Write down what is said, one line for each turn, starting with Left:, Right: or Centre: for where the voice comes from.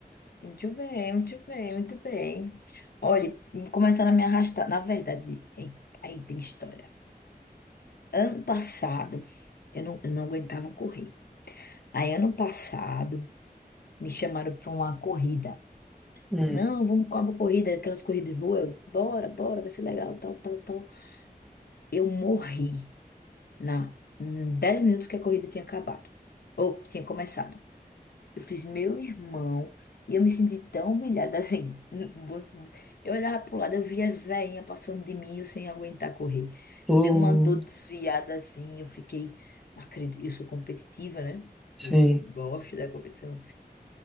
Left: Muito bem, muito bem, muito bem. Olha, começaram a me arrastar. Na verdade, aí aí tem história. Ano passado, eu não, eu não aguentava correr. Aí, ano passado, me chamaram para uma corrida.
Centre: Hum.
Left: Não, vamos com uma corrida, aquelas corridas de rua. Eu, Bora, bora, vai ser legal, tal, tal, tal. Eu morri na em 10 minutos que a corrida tinha acabado. Ou tinha começado. Eu fiz meu irmão e eu me senti tão humilhada assim. <laughs> no bom sentido. Eu olhava pro lado, eu via as veinhas passando de mim, e eu sem aguentar correr.
Centre: Oh,
Left: Deu uma dor desviada assim, eu fiquei, não acredito, eu sou competitiva, né?
Centre: sim,
Left: Eu gosto da competição.